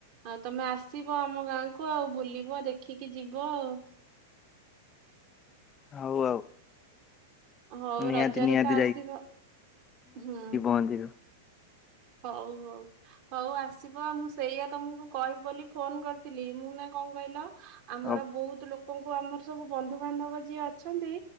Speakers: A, on the right; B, on the left.
A: ଆଉ ତମେ ଆସିବ ଆମ ଗାଁକୁ ଆଉ ବୁଲିବ ଦେଖିକି ଯିବ ଆଉ।
B: ହଉ ଆଉ।
A: ହଉ
B: ନିହାତି
A: ରଜରେ
B: ନିହାତି
A: ତ ଆସିବ। ହୁଁ
B: ମନ୍ଦିର <unintelligible>
A: ହଉ ହଉ। ହଉ ଆସିବ ମୁଁ ସେଇଆ ତମକୁ କହିବି ବୋଲି ଫୋନ କରିଥିଲି ମୁଁ ନା କଁ କଇଲ ଆମର
B: ଆଉ
A: ବୋହୁତ ଲୋକଙ୍କୁ ଆମର ସବୁ ବନ୍ଧୁବାନ୍ଧବ ଯିଏ ଅଛନ୍ତି।